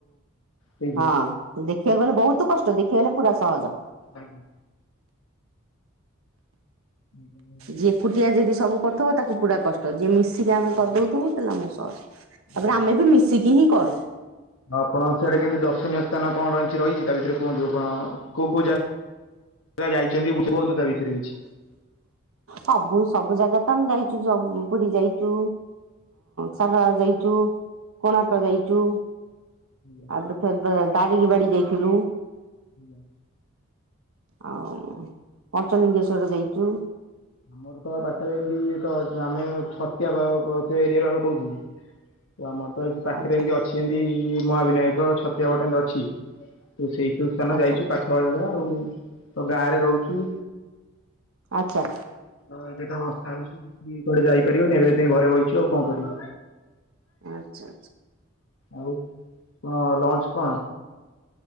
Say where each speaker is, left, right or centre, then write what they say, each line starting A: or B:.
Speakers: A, on the left; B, on the right.
A: ହେଇଯିବ।
B: ହଁ ଦେଖିବାକୁ ଗଲେ ବହୁତ କଷ୍ଟ ଦେଖିବାକୁ ଗଲେ ପୁରା ସହଜ।
A: ଆଜ୍ଞା। ଆଜ୍ଞା ଆଜ୍ଞା
B: ଯିଏ ଏକୁଟିଆ ଯଦି ସବୁ କରୁଥବ ତାକୁ ପୁରା କଷ୍ଟ ଯିଏ ମିସି ଆମେ
A: ଆଜ୍ଞା
B: କରିଦଉଥିବୁ ତାହାଲେ ଆମକୁ ସହଜ
A: ଆଜ୍ଞା।
B: ତାପରେ ଆମେ ବି ମିଶିକି ହିଁ କରୁ।
A: ଆଉ ଆପଣ ସିଆଡେ କେମିତି ଦର୍ଶନୀୟ ସ୍ଥାନ କଣ ରିହିଚି ରହିଛି ତା ଭିତରେ କୁହନ୍ତୁ କଣ କୋଉ କୋଉ ଜାଗା ସିଏ ବା ଯାଇଛନ୍ତି ବୁ କୁହନ୍ତୁ ତା ବିଷୟରେ କିଛି?
B: ସବୁ ସବୁ ଜାଗା ତ ଆମେ ଯାଇଛୁ ପୁରୀ ଯାଇଛୁ ସାରଳା ଯାଇଚୁ କୋଣାର୍କ ଯାଇଚୁ।
A: ଆଜ୍ଞା
B: ଆ ଥରକ ଦରୀଙ୍ଗିବାଡି ଯାଇଥିଲୁ।
A: ଆଜ୍ଞା।
B: ଆଉ ପଞ୍ଚଲିଙ୍ଗେଶ୍ଵର ଯାଇଚୁ।
A: ଆମର ତ ପାଖରେ ଏମତି ତ ଆମେ ଛତିଆ ପା ପା ଏରିଆରେ ଆମେ କହୁଥିଲୁ । ତ ଆମର ତ ଏଇ ପାଖରେ
B: ଆଚ୍ଛା
A: ଏମତି ଅଛି ଏମତି ମହାବିନାୟକ ଛତିଆ ପଟ ଏମତି ଅଛି। ତୁ ସେଇଥି ସ୍ଥାନ
B: ଆଚ୍ଛା
A: ଯାଇଛୁ ପାଖାପାଖି ଜାଗା ଆଉ ତୋ ଗାଁରେ ରହୁଛୁ।
B: ଆଚ୍ଛା।
A: ଏବେତ ବର୍ଷା ହଉଛି କିଏ କୁଆଡେ ଯାଇପାରିବନି ଏବେ ସେଥିପାଇଁ ଘରେ ବସିଛୁ ଆଉ କଣ କରିବି।
B: ଆଚ୍ଛା ଆଚ୍ଛା
A: ଆଉ କଣ ଲଞ୍ଚ? କଣ?